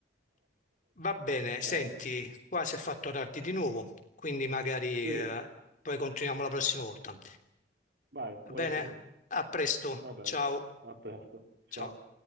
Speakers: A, on the left; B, on the right.
A: Va bene, senti,
B: Eh,
A: qua si è fatto tardi di nuovo, quindi magari,
B: Sì,
A: eh, poi continuiamo la prossima volta.
B: vai,
A: Va
B: volentieri.
A: bene? A presto,
B: Va bene.
A: ciao,
B: A presto. Ciao.
A: ciao.